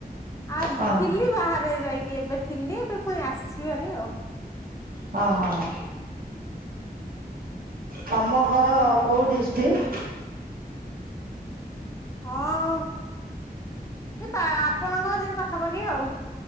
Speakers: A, on the left; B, on the right.
A: ଆଗେ
B: ହଁ।
A: ଥିଲି ବାହାରେ ଯାଇକି ଏବେ ଥିଲି ଏବେ ପୁଣି ଆସିିଛି ହେରି ଆଉ
B: ହଁ ହଁ ତମ ଘର କୋଉ ଡିସଟ୍ରିକଟ୍?
A: ହଁ ଏ ପା ଆପଣଙ୍କ ସେଇ ପାଖାପାଖି ଆଉ